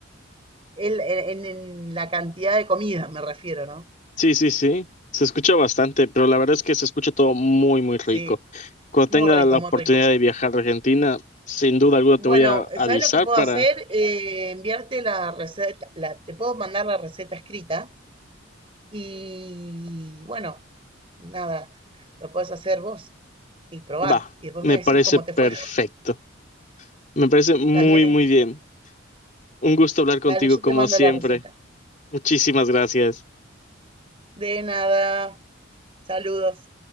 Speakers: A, on the right; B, on the left.
A: El- en, en- en la cantidad de comida me refiero, ¿no?
B: Sí, sí, sí, se escucha bastante, pero la verdad es que se escucha todo muy, muy rico.
A: Sí,
B: Cuando
A: muy
B: tenga
A: rico,
B: la
A: muy
B: oportunidad
A: rico.
B: de viajar a Argentina, sin duda alguna
A: Bueno,
B: te voy a avisar
A: ¿sabes lo que puedo
B: para...
A: hacer? Eh, enviarte la receta, la, te puedo mandar la receta escrita y bueno, nada, lo puedes hacer vos y probar
B: Va,
A: y después
B: me
A: me decís
B: parece
A: cómo
B: perfecto.
A: te fue.
B: Me parece muy,
A: Dale,
B: muy bien. Un gusto hablar contigo
A: dale, yo
B: como
A: te mando
B: siempre.
A: la receta.
B: Muchísimas gracias.
A: De nada, saludos.